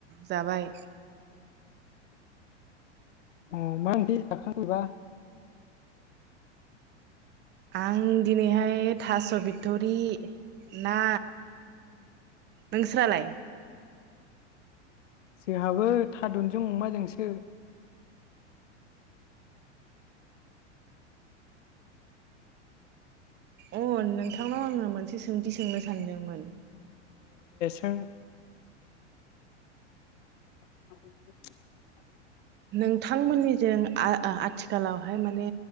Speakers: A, on the right; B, on the left.
A: जाबाय
B: उम ओंख्रि जाखो बेबा?
A: आं दिनैहाय थास बिथरि ना। नोंसोरालाय?
B: जोंहाबो थादुनजों अमाजोंसो।
A: अ नोंथांनाव आङो मोनसे सोंथि सोंनो सानदोंमोन।
B: ओं। <inaudible>
A: नोंथांमोननिजों आ आथिखालावहाय माने